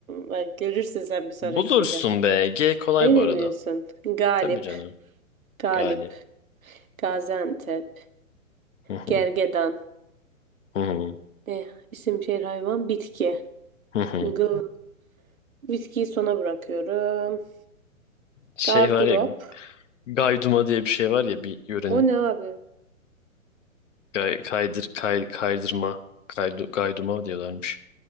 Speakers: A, on the right; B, on the left.
A: Bak görürsün sen bir sonraki
B: Bulursun
A: şeyde.
B: be. G kolay
A: Öyle
B: bu arada.
A: mi diyorsun? Galip.
B: Tabii canım.
A: Galip.
B: Galip.
A: Gaziantep,
B: Hı hı,
A: gergedan.
B: hı hı,
A: Eh, isim, şehir, hayvan, bitki.
B: hı hı.
A: Gıl, bitkiyi sona bırakıyorum.
B: Şey
A: Gardırop.
B: var ya Gayduma diye bir şey var ya bir yörenin.
A: O ne abi?
B: Gay, kaydır, kay, kaydırma. Kaydu, gayduma diyorlarmış.